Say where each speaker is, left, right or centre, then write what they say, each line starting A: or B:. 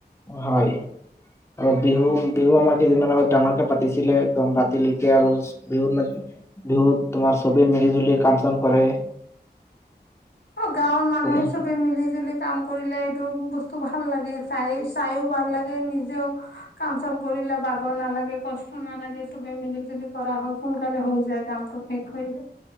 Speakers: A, on the left (about 15°); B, on the left (about 85°).
A: হয়। আৰু বিহু, বিহু আমাৰ কেইদিনমান আগত ডাঙৰকে পাতিছিলে। একদম ৰাতিলৈকে আৰু বিহু মানে বিহুত তোমাৰ চবেই মিলি জুলি কাম চাম কৰে।
B: অ' গাঁৱৰ
A: সকলোৱে
B: মানুহে ছবেই মিলি-জুলি কাম কৰিলে এইটো বস্তু ভাল লাগে চাই, চাইও ভাল লাগে নিজেও কাম চাম কৰিলে ভাগৰ নালাগে, কষ্ট নালাগে। চবেই মিলি জুলি কৰা হয় সোনকালে হৈ যায় কামটো সেষ। হয়।